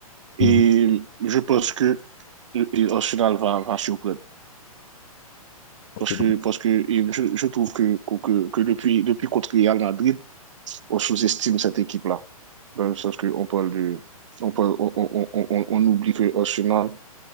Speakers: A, on the right; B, on the left.
A: et
B: Mhm.
A: je pense que et Arsenal va, va surprendre.
B: Ok,
A: Parce que,
B: donc,
A: parce que je, je, trouve que, que, que, depuis, depuis contre Real Madrid, on sous-estime cette équipe-là. Dans le sens qu'on parle de. On, parle, on, on, on, on, on oublie que Arsenal,